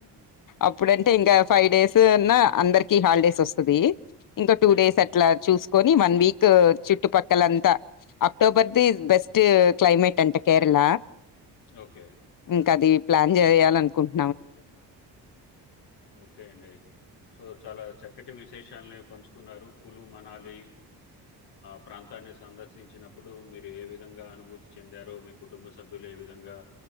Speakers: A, on the left; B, on the left.
A: అప్పుడు అ ఇంకా ఫైవ్ డేస్ అన్నా అందరికి హాలిడేస్ వస్తుంది ఇంకా టూ
B: హ్మ్.
A: డేస్
B: ఒక హ్మ్.
A: అట్లా చూసుకని వన్ వీక్ చుట్టుపక్కలంతా అక్టోబర్ది బెస్ట్ క్లైమేట్ అంట కేరళ
B: ఓకే.
A: ఇంకా అది ప్లాన్ చేయాలనుకుంటు
B: చేయాలని అనుకున్నాం ఏ ఇయర్ మాత్రం ఓకే అండి సో చ చాలా చక్కటి విశేషాలని పంచుకున్నారు కల్లూ మనాలీ ప్రాంతాన్ని సందర్శించినప్పుడు మీరు ఏ విధంగా అనుభూతి చెందారో మీ కుటుంబ సభ్యులు ఏ విధంగా